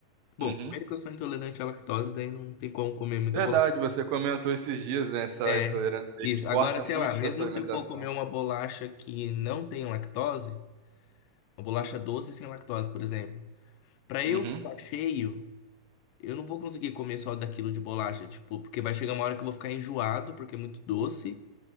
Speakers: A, on the left; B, on the right.
A: Bom,
B: Uhum.
A: primeiro que eu sou intolerante à lactose, daí não tem como comer muita
B: Verdade,
A: bolacha.
B: você comentou esses dias nessa
A: É,
B: intolerância
A: isso.
B: aí que corta
A: Agora, sei
B: muito
A: lá, mesmo
B: da sua alimentação.
A: se eu for comer uma bolacha que não tem lactose, uma bolacha doce sem lactose, por exemplo, pra eu
B: Uhum,
A: ficar cheio, eu não vou conseguir comer só daquilo de bolacha, tipo, porque vai chegar uma hora que eu vou ficar enjoado, porque é muito doce,